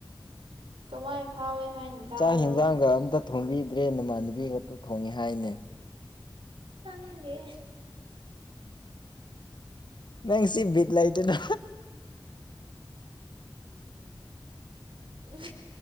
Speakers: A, on the right; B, on the left.
A: ꯀꯃꯥꯏ ꯐꯥꯎꯋꯦ ꯍꯥꯏꯅ ꯇꯥꯕ꯭ꯔꯣ
B: ꯆꯥꯛ ꯌꯦꯟꯖꯥꯡꯒ ꯑꯝꯇ ꯊꯣꯡꯕꯤꯗ꯭ꯔꯦ ꯅꯃꯥꯟꯅꯕꯤ ꯉꯥꯛꯛꯇ ꯊꯣꯡꯉꯦ ꯍꯥꯏꯅꯦ
A: ꯍꯅꯤꯗꯦ
B: ꯃꯪꯁꯤꯚꯤꯠ ꯂꯥꯏꯇꯅ
A: ꯎ <inaudible>